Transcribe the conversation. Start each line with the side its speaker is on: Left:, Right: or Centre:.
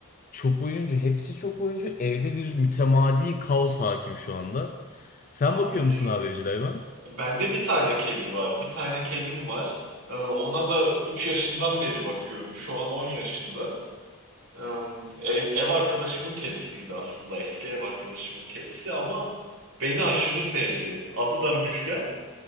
Left: çok oyuncu. Hepsi çok oyuncu. Evde bir mütemadi kaos hakim şu anda. Sen
Right: Abi.
Left: bakıyor musun abi evcil hayvan?
Right: Bende bir tane kedi var. Bir tane kedim var. Ee, Ona da 3 yaşından beri bakıyorum. Şu an 10 yaşında. Em, Ev, ev arkadaşımın kedisiydi aslında. Eski ev arkadaşımın kedisi ama beni aşırı sevdi. Adı da Müjgan.